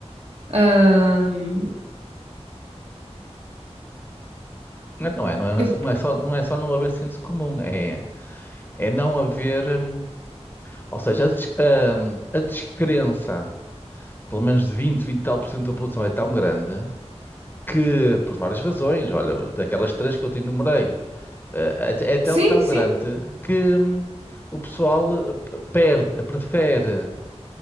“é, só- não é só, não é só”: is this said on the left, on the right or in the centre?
Left